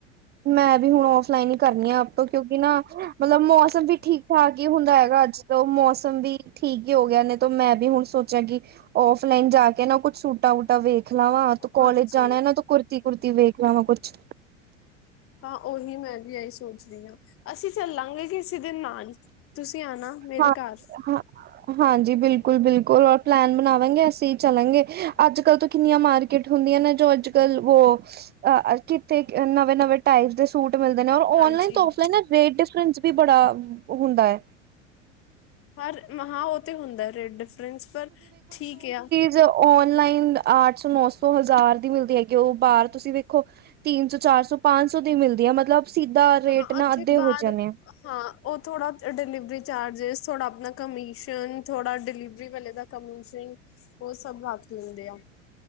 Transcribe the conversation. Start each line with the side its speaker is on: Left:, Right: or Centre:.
Right: ਮੈਂ ਵੀ ਹੁਣ ਓਫ ਲਾਈਨ ਕਰਨੀ ਆ ਆਪੇ ਏ ਕਿਉਂਕਿ ਨਾ ਮਲਬ ਮੌਸਮ ਵੀ ਠੀਕ ਠਾਕ ਹੀ ਹੁੰਦੈ ਹੈਗਾ ਅੱਜ ਤੇ ਮੌਸਮ ਵੀ ਠੀਗ ਹੋ ਗਿਆ ਨੇ ਤੋ ਮੈਂ ਵੀ ਹੁਣ ਸੋਚਿਆ ਗੀ ਔਫਲਈਨ ਜਾ ਕੇ ਨਾ ਕੁਛ ਸੂਟਾ ਵੂਟਾ ਵੀ ਫਲਾਵਾਂ ਤੂੰ
Left: ਹਾਂਜੀ।
Right: ਕਾਲਜ ਜਾਣਾ ਏਹ ਨਾ ਤੂੰ ਕਾਲਜ ਜਾਣਾ ਐ ਤੇ ਕੁੁਰਤੀ ਕੁੜਤੀ ਵੇਖ ਲਮਾ ਕੁਛ
Left: ਹਾਂ ਉਹੀ ਮੈਂ ਵੀ ਇਹੀ ਸੋਚਦੀ ਈ ਅਸੀਂ ਚੱਲਾਂਗੇ ਕਿਸੀ ਦਿਨ ਨਾਨ ਤੁਸੀਂ ਆਣਾ ਮੇਰੇ
Right: ਹਾਂ
Left: ਘਰ
Right: ਉ ਹਾਂ ਹਾਂਜੀ ਬਿਲਕੁਲ ਬਿਲਕੁਲ ਔਰ ਪਲੈਨ ਬਣਾਵਾਂਗੇ ਅਸੀਂ ਚੱਲਾਂਗੇ ਅੱਜ ਕੱਲ ਤੇ ਕਿੰਨੀਆਂ ਮਾਰਕੀਟ ਕਿਟ ਹੁੰਦੀਆਂ ਨੇ ਜੋ ਅੱਜ ਕੱਲ ਵੋ ਕਿਥੇ ਨਵੇਂ ਨਵੇਂ ਟਾਈਪ ਦੇ ਸੂਟ ਤੇ ਮਿਲਦੀਆ ਓਨਲਾਈਨ
Left: ਹਾਂਜੀ
Right: ਤੋਫ ਤੇ ਨਾ ਰੇਟ ਡਿਫਰਸ ਵੀ ਬੜਾ ਹੁੰਦਾ ਐ
Left: ਹਰ ਮਹਾ ਉਹ ਤੇ ਹੁੰਦਾ ਰੇਟ ਡਿਫਰੈਂਸ ਪਰ ਠੀਕ ਐ
Right: ਜੇ ਓਨਲਾਈਨ ਆਠ ਸੌ ਨੌ ਸੌ ਹਜ਼ਾਰ ਦੀ ਮਿਲਦੀ ਹੈਗੀ ਐ ਉਹ ਬਾਹਰ ਤੁਸੀਂ ਵੇਖੋ ਤੀਨ ਚ ਸੌ, ਚਾਰ ਸੌ, ਪੰਜ ਸੌ ਦੀ ਮਿਲਦੀ ਐ ਮਤਲਬ ਸੀਦਾ ਰੇਟ
Left: ਹਾਂ
Right: ਨਾ
Left: ਉੱਥੇ
Right: ਅੱਧੇ
Left: ਬਾਹਰ
Right: ਹੋ ਜਾਨੇ ਏ
Left: ਹਾਂ ਉਹ ਥੋੜ੍ਹਾ ਡਿਲਵਰੀ ਚਾਰਜਿਸ ਥੋੜ੍ਹਾ ਆਪਣਾ ਕਮਿਸ਼ਨ ਥੋੜ੍ਹਾ ਡਿਲੀਵਰੀ ਵਾਲੇ ਦਾ ਕਮੀ ਸਿੰਘ ਉਹ ਸ਼ਭ ਰਾਤ ਨੂੰ ਹੁੰਦੇ ਆ